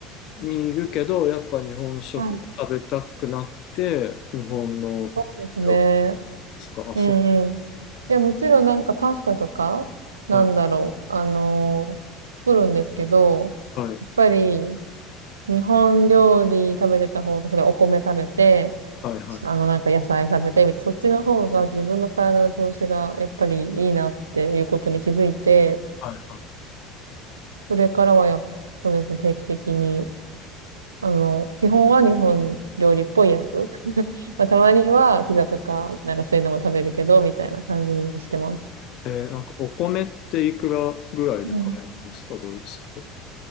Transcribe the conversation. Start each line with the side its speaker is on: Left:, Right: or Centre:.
Left: にいるけど、やっぱ日本食が食べたくなって、
Right: はい。
Left: 日本の
Right: そうですね。
Left: 料理ですかあ、
Right: うんうん。
Left: そ
Right: いや、もちろんなんかパスタとか、なんだろう、
Left: う、はい、
Right: あのー作るんですけど、
Left: はい、
Right: やっぱり日本料理食べてた方が、それお米食べて、
Left: はい、はい、
Right: あのなんか野菜食べてみたいな、そっちの方が自分の体の調子がやっぱりいいなっていうことに気づいて、
Left: はい、は
Right: それからはやっ、そうですね、定期的にあの、基本は日本料理っぽいやつ。<laughs> まあ、たまにはピザとか、なんかそういうのも食べるけど、みたいな感じにしてます。
Left: い。えー、なんかお米っていくらぐらいで買えるんですか、
Right: うん。
Left: ドイツって。